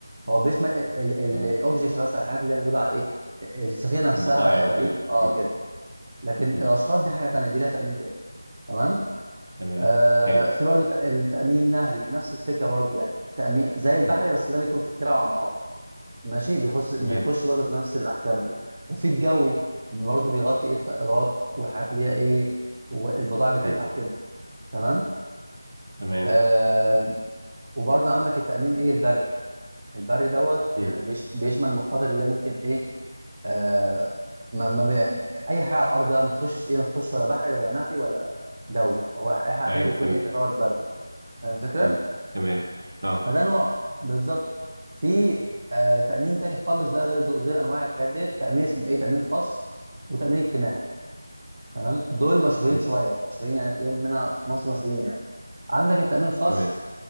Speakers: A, on the right; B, on the right.
A: هو بيشمل
B: اه
A: الاوبجكتس بس الحاجات اللي هي موجوده على ايه السفينه نفسها
B: البضائع
A: الغريق
B: وكده
A: اه
B: امم
A: كده لكن الاشخاص
B: امم
A: دي حاجه تانيه دي لها تامين تاني تمام
B: تمام
A: آه
B: حلو
A: في برضو الت- التامين النهري نفس الفكره برضو يعني تامين زي البحري
B: امم
A: بس ده بيكون في الترع والانهار ماشي بيخش بيخش
B: تمام
A: برضو في نفس الاحكام وكده وفي الجوي برضو بيغطي ايه الطائرات والحاجات اللي هي ايه والبضائع بتاعتها
B: مم.
A: وكده تمام
B: تمام
A: آه، وبرضه عندك التأمين ايه البري البري دوت
B: مم.
A: يعني بيش بيشمل المخاطر اللي هي ممكن ايه آه ما ما بي... اي حاجه على الارض بقى ما تخشش ايه ما تخش ولا بحري ولا نهري ولا جوي هو اي حاجه
B: ايوه
A: تانيه بتكون
B: فهمت
A: ايه تعتبر بري فاهم الفكره
B: مم. تمام اه
A: فده نوع بالظبط في آه تأمين تاني خالص بقى غير دو... غير انواع الحاجات ديت تأمين اسمه ايه تأمين خاص وتأمين اجتماعي تمام دول مشهورين
B: مم.
A: شويه مشهورين يعني تلاقيهم هنا في مصر مشهورين يعني عندك التأمين الخاص
B: تمام